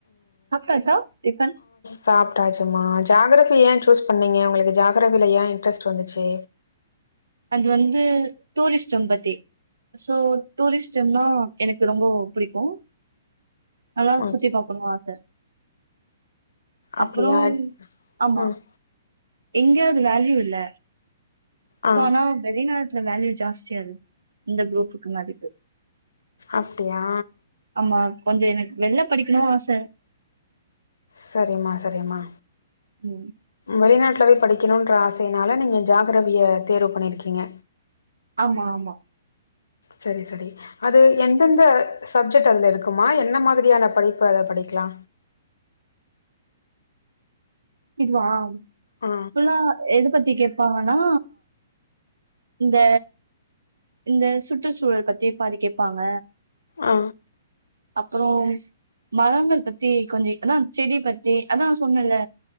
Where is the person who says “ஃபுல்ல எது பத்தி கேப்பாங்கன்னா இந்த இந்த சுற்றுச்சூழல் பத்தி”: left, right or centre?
Right